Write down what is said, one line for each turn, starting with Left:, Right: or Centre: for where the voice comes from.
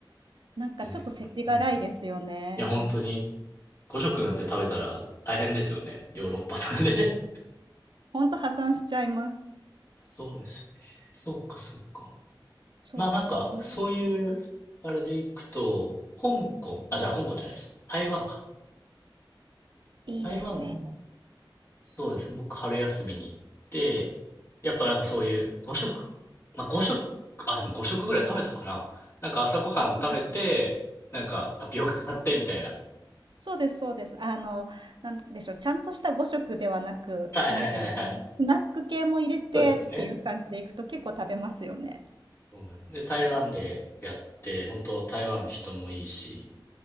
Right: なんかちょっと世知辛いですよね。
Left: 全然、うん。いや、本当に、5食なんて食べたら大変ですよね。
Right: ね。
Left: ヨーロッパとかで
Right: ほんと破産しちゃいます。
Left: そうですよね。そっかそっか。
Right: そうそう。
Left: まあなんか、
Right: え
Left: そういう、あれでいくと、香港、あ、じゃあ香港じゃないですね。台湾か。
Right: いいですね。
Left: 台湾、そうですね。僕、春休みに行って、やっぱなんかそういう5食、まあ5食、あ、でも5食ぐらい食べたかな。なんか朝ごはん食べて、
Right: <laughs>
Left: なんかタピオカ買ってみたいな。
Right: そうですそうですそうです。あの、なんでしょう、ちゃんとした5食ではなく、
Left: はいはいはいはい。
Right: なんていうんでしょうね、スナック系も入れてっていう感じでいくと結構食べますよね。
Left: そうですよね。そうなんで、台湾でやって、本当台湾人もいいし、